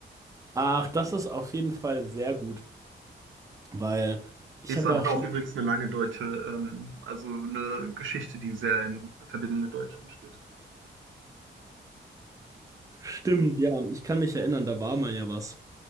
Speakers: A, on the right (about 15°); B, on the right (about 75°).
A: Ach, das ist auf jeden Fall sehr gut, weil ich
B: Estland
A: habe ja
B: hat
A: auch
B: auch
A: schon.
B: übrigens eine lange deutsche, ähm, also eine Geschichte, die sehr in Verbindung mit Deutschland steht.
A: Stimmt, ja, ich kann mich erinnern, da war mal ja was.